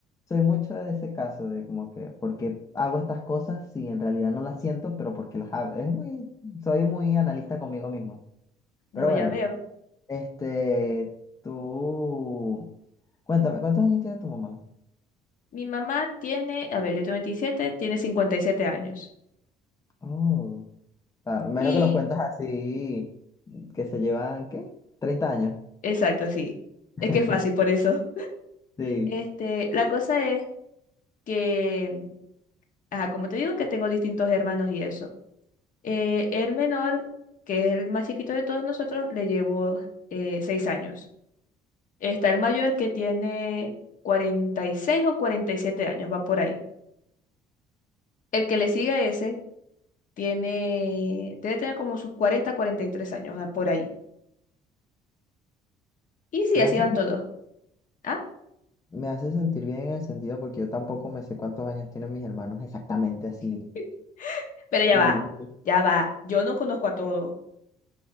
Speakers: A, on the left; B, on the left.
A: soy mucho de ese caso, de como que, porque hago estas cosas si en realidad no las siento, pero porque las hago. Es muy, soy muy analista conmigo mismo. Pero
B: No,
A: bueno,
B: ya veo.
A: este, tú, cuéntame, ¿cuántos años tiene tu mamá?
B: Mi mamá tiene, a ver, yo tengo 27 tiene 57 años.
A: Oh, ah, menos
B: Y,
A: que los cuentas así, que se llevan, ¿qué? 30 años.
B: exacto, sí.
A: <laughs>
B: Es que es fácil por eso.
A: Sí,
B: Este, la cosa es que ajá, como te digo que tengo distintos hermanos y eso. Eh, el menor, que es el más chiquito de todos nosotros, le llevo eh, seis años. Está el mayor que tiene 46 o 47 años, va por ahí. El que le sigue a ese tiene, debe tener como sus cuarenta cuarenta y tres años, va por ahí. Y sí,
A: me
B: así
A: hace,
B: van todos. ¿Ah?
A: me hace sentir bien en el sentido porque yo tampoco me sé cuántos años tienen mis hermanos exactamente así.
B: <laughs> Pero ya
A: Mm,
B: va, ya va. Yo no conozco a todos.